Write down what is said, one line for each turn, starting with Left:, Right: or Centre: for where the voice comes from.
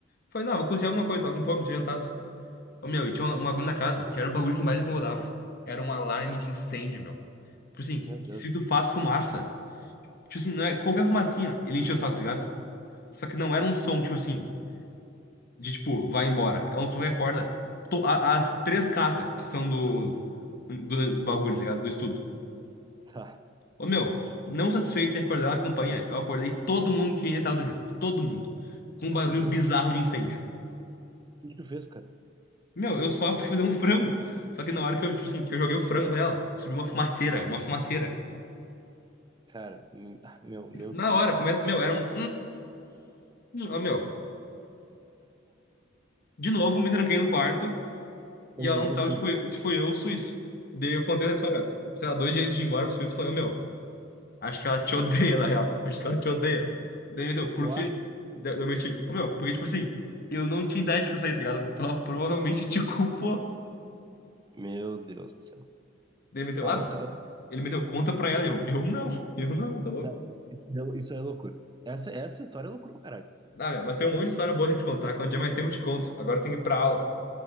Left: Falei, não, vou cozinhar alguma coisa, tava com fome, tinha jantado. Ô, meu, e tinha
Right: sim,
Left: uma- um bagulho na casa, que era o bagulho que mais me incomodava. Era um alarme de incêndio, meu. Tipo assim,
Right: meu Deus.
Left: se tu faz fumaça, tipo assim, não é qualquer fumacinha, ele encheu o saco, tá ligado? Só que não era um som, tipo assim, de tipo, vai embora. É um som que acorda to- a- as três casas que são do, do, do bagulho, tá ligado? Do estudo.
Right: Tá.
Left: Ô, meu, não satisfeito em acordar na campanha, eu acordei todo mundo que ainda tava dormindo. Todo mundo. Com um
Right: Ah,
Left: barulho
Right: meu.
Left: bizarro
Right: O
Left: de incêndio.
Right: que que tu fez, cara?
Left: Meu, eu só fui fazer um frango. Só que na hora que eu, tipo assim, que eu joguei o frango pra ela, subiu uma fumaceira, uma fumaceira.
Right: Cara, hum, ah, meu, meu
Left: Na
Right: Deus
Left: hora,
Right: do céu.
Left: começa. Meu, era um. Ó, meu. De novo, me tranquei no quarto e
Right: Meu,
Left: ela não
Right: é impossível.
Left: sabe se foi, se foi eu ou o Suíço. Daí eu contei essa história, sei lá, dois dias antes de ir embora pro Suíço, eu falei, ô, meu, acho que ela te odeia, na real. Acho que ela te odeia. Daí ele meteu, por
Right: Tu
Left: quê?
Right: acha?
Left: Daí Eu meti, ô, meu, porque, tipo assim, eu não tinha idade pra sair, tá ligado? Então ela provavelmente te culpou.
Right: Meu Deus do céu.
Left: Daí ele meteu,
Right: Ah,
Left: ah,
Right: o
Left: meu.
Right: ca-
Left: Ele meteu, conta pra ela. E Eu, eu não, eu não, tá louco?
Right: Não, isso é isso é loucura. Essa, essa história é loucura pra caralho.
Left: dá, meu, mas tem um monte de história boa pra te contar. Quando tiver mais tempo, eu te conto. Agora eu tenho que ir pra aula.